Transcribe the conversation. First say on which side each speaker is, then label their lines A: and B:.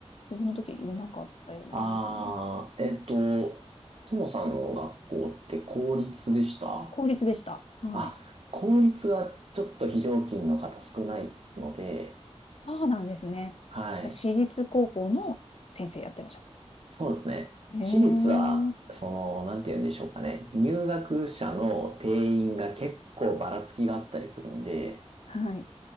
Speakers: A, on the left; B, on the right.
A: 分の時いなかったようなイメージなんですけど。
B: ああ、えっと、ともさんの学校って公立でした
A: はい。公立でした。はい。
B: あ、公立はちょっと非常勤の方少ないので、
A: そうなんですね。
B: はい。
A: 私立高校の先生やってらっしゃる。
B: そうですね。
A: ええ
B: 私立は、その、なんて言うんでしょうかね。入学者の定員が結構ばらつきがあったりするんで、
A: はい。